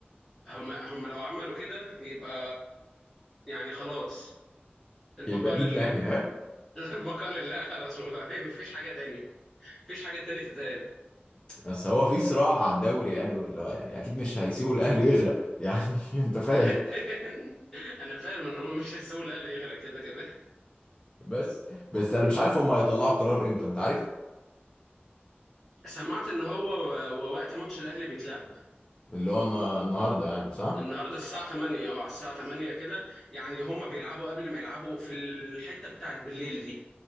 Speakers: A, in the centre; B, on the left.
A: هم هم لو عملوا كده يبقى يعني خلاص البقاء
B: يبقى دي
A: لله
B: الناحية ها
A: <laughs> البقاء لله خلاص فاهم مفيش حاجة تاني مفيش حاجة تانية تتقال
B: <laughs> بس هو في صراع على الدوري يعني واللي هو يعني اكيد مش هيسيبوا الاهلي يغرق يعني <laughs> انت فاهم
A: <laughs> انا فاهم ان هم مش هيسيبوا الاهلي يغرق كده كده
B: بس بس انا مش عارف هم هيطلعوا القرار امتى انت عارف
A: سمعت ان هو و- ووقت ماتش الاهلي بيتلعب
B: اللي هو النا- النهارده يعني صح
A: النهارده الساعة 8 اه على الساعة 8 كده يعني هم بيلعبوا قبل ما يلعبوا في الحتة بتاعت بالليل دي